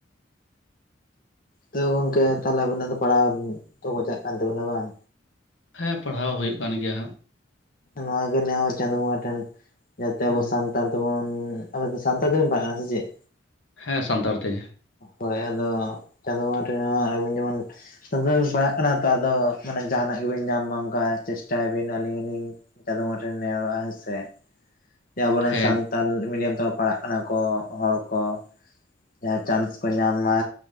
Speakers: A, on the left; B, on the left.
A: ᱛᱚ ᱜᱚᱝᱠᱮ ᱛᱟᱦᱚᱞᱮ ᱟᱵᱤᱱᱟᱜ ᱫᱚ ᱯᱟᱲᱦᱟᱣ ᱫᱚ ᱪᱟᱜ ᱠᱟᱱ ᱛᱟᱵᱚᱱᱟ ᱵᱟᱝ
B: ᱦᱮᱸ ᱯᱟᱲᱦᱟᱣ ᱦᱩᱭᱩᱜ ᱠᱟᱱ ᱜᱮᱭᱟ ᱦᱟᱸᱜ
A: ᱱᱚᱣᱟ ᱜᱮ ᱱᱮᱦᱚᱨ ᱪᱟᱸᱫᱚ ᱵᱚᱸᱜᱟ ᱴᱷᱮᱱ ᱡᱟᱛᱮ ᱟᱵᱚ
B: ᱦᱮᱸ
A: ᱥᱟᱱᱼᱼ ᱼᱛᱟᱲ ᱫᱚᱵᱚᱱ ᱟᱵᱮ ᱱᱫᱚ ᱥᱟᱱᱛᱟᱲ ᱛᱮ ᱵᱮᱱ ᱯᱟᱲᱦᱟᱜ ᱠᱟᱱᱟ ᱥᱮ ᱪᱮᱫ?
B: ᱦᱮᱸ ᱥᱟᱱᱛᱟᱲ ᱛᱮᱜᱮ
A: ᱦᱳᱭ ᱟᱫᱚ ᱪᱟᱸᱫᱳ ᱵᱚᱸᱜᱟ ᱴᱷᱮᱱ ᱦᱚᱸ ᱟᱵᱤᱱ ᱡᱮᱢᱚᱱ ᱯᱟᱲᱦᱟᱜ ᱠᱟᱱᱟ ᱛᱚ ᱟᱫᱚ ᱢᱟᱱᱮ ᱡᱟᱦᱟᱱᱟᱜ ᱜᱮᱵᱤᱱ ᱧᱟᱢ ᱢᱟ ᱚᱱᱠᱟ ᱪᱮᱥᱴᱟᱭ ᱵᱤᱱ ᱟᱹᱞᱤᱧ ᱦᱚᱞᱤᱧ ᱪᱟᱹᱫᱳ ᱵᱚᱝᱜᱟ ᱴᱷᱮᱱ ᱱᱮᱦᱚᱨᱚᱜᱼᱟ ᱦᱮᱸᱥᱮ ᱡᱮ ᱟᱵᱚᱨᱮᱱ
B: ᱦᱮᱸ
A: ᱥᱟᱱᱛᱟᱲ ᱢᱤᱰᱤᱭᱟᱢ ᱛᱮᱠᱚ ᱯᱟᱲᱦᱟᱜ ᱠᱟᱱᱟ ᱠᱚ ᱦᱚᱲ ᱠᱚ ᱡᱟᱦᱟᱸ ᱪᱟᱱᱥ ᱠᱚ ᱧᱟᱢ ᱢᱟ